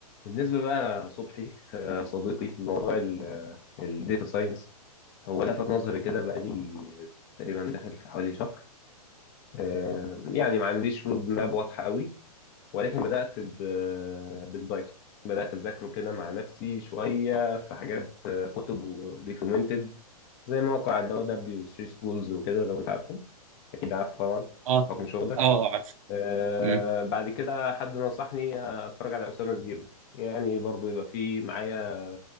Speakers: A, on the left; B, on the right.
A: بالنسبة بقى صبحي آه، صديقي موضوع الداتا ساينس هو لفت نظري كده بقالي تقريبا داخل في حوالي شهر آه، يعني ما عنديش رود ماب واضحة قوي ولكن بدأت ب- بالبايثون بدأت أذاكره كده مع نفسي شوية في حاجات آه، كتب ودوكيومنتد زي موقع اللي هو دبليو 3 سكولز وكده لو أنت عارفه أكيد عارفه طبعا
B: اه
A: بحكم شغلك
B: اه عارف
A: آه،
B: مم.
A: بعد كده حد نصحني اتفرج على اسامه الزيرو يعني برضو يبقى في معايا